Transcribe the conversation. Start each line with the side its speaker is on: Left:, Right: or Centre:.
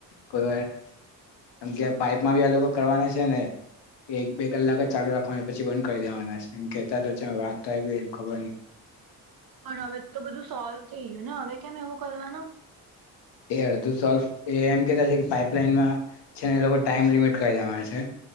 Left: કોઈ વારમ કે પાઈપમાં બી આ લોકો કરવાના છે ને કે એક બે કલાક જ ચાલુ રાખવાની પછી બંધ કરી દેવાના છે એમ કેતા વાત તો આવી ગ એ ખબર નહી
Right: પણ હવે તો બધું સોલ્વ થઈ ગયું ને હવે કેમ એવું કરવાનું
Left: એદ સ્વલ્પ એ એમ કે પાઈપલાઈનમાં છે ને એ લોકો ટાઈમ લિમિટ કરી દેવાના છે